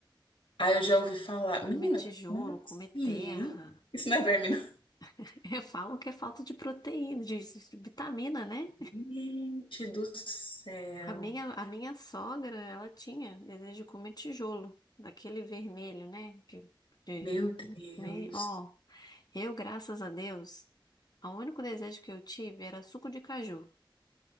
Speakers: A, on the left; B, on the left.
A: Aí eu já ouvi falar,
B: Comer
A: menina,
B: tijolo,
A: como assim?
B: comer terra.
A: hein? Isso não é verme, não.
B: <laughs> Falam que é falta de proteína, de vitamina, né?
A: Gente do céu.
B: A minha, a minha sogra, ela tinha desejo de comer tijolo, daquele vermelho, né? Que, de,
A: Meu Deus.
B: meio, ó. Eu, graças a Deus, o único desejo que eu tive era suco de caju.